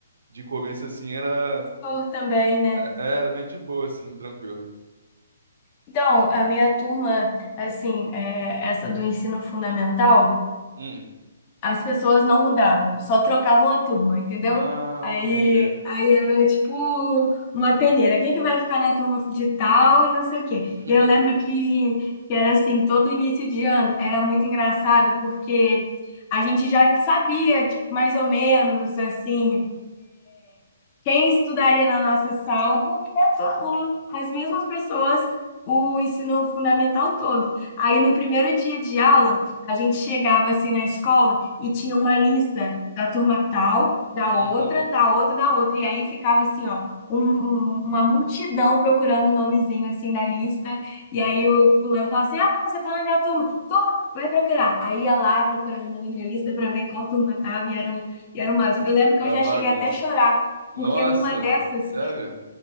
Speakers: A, on the right; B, on the left.
A: de começo assim era,
B: Professor também, né?
A: é- era bem de boa, assim, tranquilo.
B: Então, a minha turma, assim, é, essa do ensino fundamental.
A: Hum.
B: as pessoas não mudavam, só trocavam a turma, entendeu?
A: Ah,
B: Aí,
A: entendi.
B: aí era tipo uma peneira. Quem que vai ficar na turma de tal e não sei o quê.
A: <laughs>
B: E eu lembro que, que era assim, todo início de ano era muito engraçado porque a gente já sabia, tipo, mais ou menos assim, quem estudaria na nossa sala, porque foram as mesmas pessoas o ensino fundamental todo. Aí no primeiro dia de aula, a gente chegava assim na escola e tinha uma lista da turma tal, da
A: Uhum.
B: outra, da outra, da outra. E aí ficava assim, ó, um- um- uma multidão procurando o nomezinho assim na lista. E aí o fulano falava assim: Ah, não, você tá na minha turma, tô, vai procurar. Aí ia lá procurar o nome na lista para ver em qual turma tava, e eram, e eram mais. Eu lembro que
A: A
B: eu já
A: bagunça.
B: cheguei até a chorar
A: Nossa,
B: porque numa dessas,
A: sério?